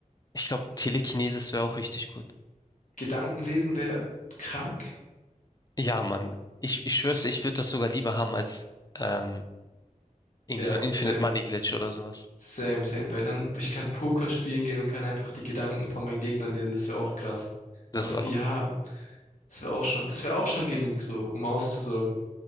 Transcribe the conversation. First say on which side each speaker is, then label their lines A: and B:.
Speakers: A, on the left; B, on the left.
A: Ich glaube, Telekinesis wäre auch richtig gut.
B: Gedanken lesen wäre krank.
A: Ja, Mann, ich, ich schwör's, dir, ich würde das sogar lieber haben als ähm, irgendwie
B: Ja,
A: so Infinite
B: same.
A: Money Glitch oder sowas.
B: Same, same. Weil dann, ich kann Poker spielen gehen und kann einfach die Gedanken von meinen Gegnern lesen. Das wäre auch krass.
A: Das
B: Was
A: auch.
B: die haben. Das wäre auch schon, das wäre auch schon genug so, um auszusorgen.